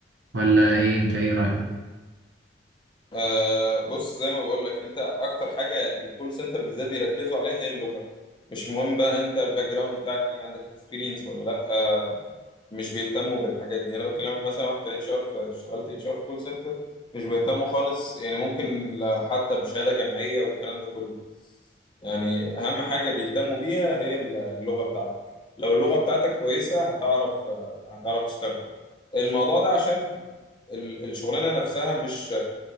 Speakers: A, on the right; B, on the left.
A: ولا ايه انت ايه رأيك
B: آه بص زي ما بقول لك انت اكتر حاجه في الكول سنتر بالذات بيركزوا عليها هي اللغه مش مهم بقى انت الباك جراوند بتاعك ايه عندك اكسبيرينس ولا لا آه مش بيهتموا بالحاجات دي انا بكلمك مثلا واحد كاتش ار اشتغلت اتش ار في كول سنتر مش بيهتموا خالص يعني ممكن لا- حتى بشهاده جامعيه والكلام ده كله يعني اهم حاجه بيهتموا بيها هي اللغه بتاعتك لو اللغه بتاعتك كويسه هتعرف آه، هتعرف تشتغل الموضوع ده عشان ال- الشغلانه نفسها مش